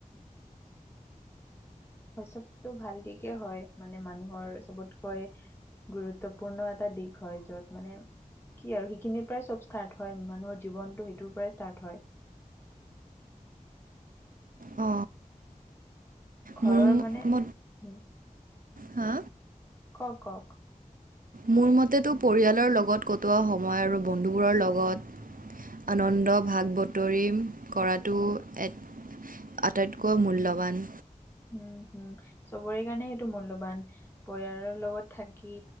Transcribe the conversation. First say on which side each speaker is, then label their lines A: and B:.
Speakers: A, on the left (about 15°); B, on the right (about 75°).
A: শৈস্যৱটোতো ভাল দিশে হয় মানে মানুহৰ চবতকৈ গুৰুত্বপূৰ্ণ এটা দিশ হয়, য'ত মানে কি আৰু সেইখিনিৰ পৰাই চব ষ্টাৰ্ট হয় মানুহৰ জীৱনটো সেইটোৰ পৰাই ষ্টাৰ্ট হয়।
B: অ।
A: ঘৰৰ
B: মোৰ
A: মানে,
B: ম
A: হুম
B: হা?
A: ক'ক ক'ক।
B: মোৰ মতেতো পৰিয়ালৰ লগত কটোৱা সময় আৰু বন্ধুবোৰৰ লগত আনন্দ ভাগ বতৰি কৰাটো এক আটাইতকৈ মূল্যৱান।
A: উম হুম, চবৰে কাৰণে সেইটো মূল্যবান। পৰিয়ালৰ লগত থাকি